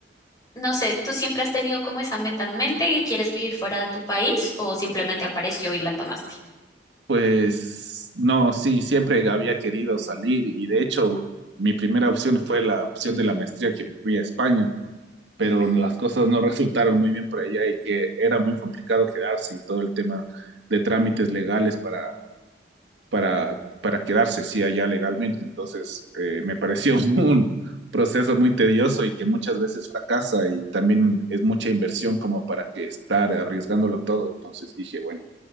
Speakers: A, on the left; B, on the right.
A: no sé, ¿tú siempre has tenido como esa meta en mente que quieres vivir fuera de tu país o simplemente apareció y la tomaste?
B: pues no, sí, siempre había querido salir y de hecho mi primera opción fue la opción de la maestría que me fui a España, pero
A: Ujú,
B: las cosas no resultaron muy bien por allá y que era muy complicado quedarse y todo el tema de trámites legales para, para, para quedarse, sí, allá legalmente. Entonces, eh, me pareció <laughs> un proceso muy tedioso y que muchas veces fracasa y también es mucha inversión como para que estar arriesgándolo todo. Entonces dije, bueno.